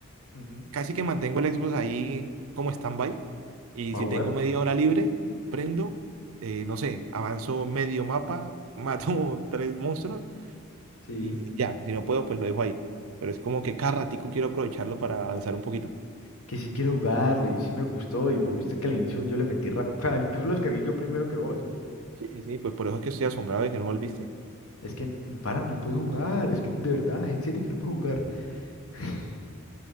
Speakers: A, on the left; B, on the right.
A: Ujú,
B: casi que mantengo el Xbox ahí como stand-by. Y
A: ¿Para
B: si
A: jugar?
B: tengo media hora libre, prendo, eh, no sé, avanzo medio mapa, mato <laughs> tres monstruos
A: Sí.
B: y ya. Si no puedo, pues lo dejo ahí. Pero es como que cada ratico quiero aprovecharlo para avanzar un poquito.
A: que sí quiero jugarle y sí me gustó y vos viste que al inicio yo le metí rap, <laughs> incluso lo descargué yo primero que vos.
B: Sí, sí, sí, pues por eso es que estoy asombrado de que no volviste.
A: Es que, mm, para, no puedo jugar, es que de verdad, en serio que no puedo jugar. <laughs>